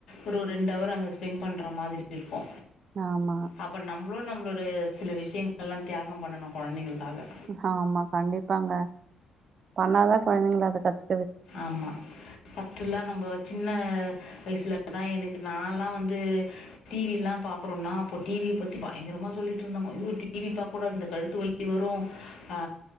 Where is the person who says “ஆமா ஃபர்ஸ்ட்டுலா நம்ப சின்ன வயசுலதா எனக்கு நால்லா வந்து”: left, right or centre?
Left